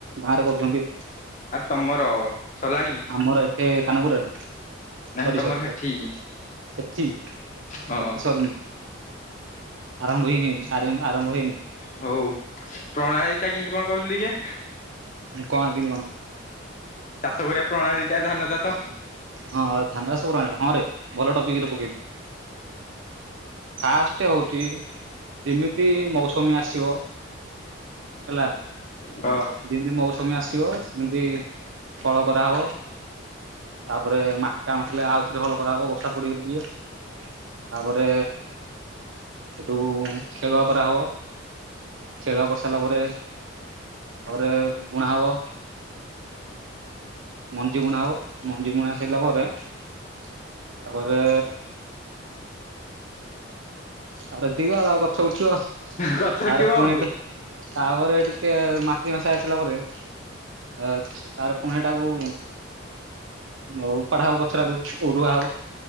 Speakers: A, on the right; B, on the left.
A: ଧାରେ କରୁଚନ୍ତି।
B: ଆରେ ତମର ସରିଲାଣି?
A: ମୋର ଏତେ କାନପୁରା ରେ
B: ନାହିଁ
A: ସରି
B: ତମର
A: ସରି
B: ସେଠି
A: ସରି ହେଚି
B: ହଁ
A: ଏଠି ସରିନି ଆରମ୍ଭ ହୀ ହେଇନି ସାରିମୁ ଆରମ୍ଭ ହେଇନି।
B: ହୋଉ ପ୍ରଣାଳୀ ଟା କେମିତି କଣ କହିଲୁ ଦେଖିଆ?
A: କଁ ଆଁ କିିଣି କଣ?
B: ଚାଷ କରିବା ପ୍ରଣାଳୀ ଟା ଧାନ ଚାଷ।
A: ହଁ ଆ ଧାନ ସବୁ <unintelligible> ହଁରେ ଭଲ ଟପିକ୍ ଟେ ପକେଇଲୁ। ଫାଷ୍ଟ ହୋଉଚି ଯିମିତି ମୌସୁମୀ ଆସିବ। ହେଲା।
B: ଅ
A: ଯିମିତି ମୌସୁମୀ ଆସିବ ସେମିତି ହଳ କରାହବ। ତାପରେ ମାଟି ଟାଣ ଥିଲେ ଆଉଥରେ ହଳ କରା ହବ ବର୍ଷା ପଡିଗଲେ ଟିକେ। ତାପରେ ହେଠୁ ଖେଳୁଆ କରା ହବ। ଖେଳ କରିସାରିଲା ପରେ ତାପରେ ବୁଣା ହବ। ମଞ୍ଜି ବୁଣା ହବ। ମଞ୍ଜି ବୁଣା ସଇଲା ପରେ ତାପରେ ତାରେ ଏତିକି ତ ଆଉ ଗଛ ଉଠିବ ତାରେ
B: ଗଛଟିବ
A: ପୁଣି
B: ଆଉ
A: ହେଠୁ ତାପରେ ହେଠୁ ଟିକେ ମାଟି ନେସା ହେଇସାରିଲା ପରେ ଆ ତାପରେ ଫୁଣି ହେଟାକୁ ହଁ ଉପାଡା ହବ ଗଛ ଟାକୁ ଉଡୁଆ ହବ।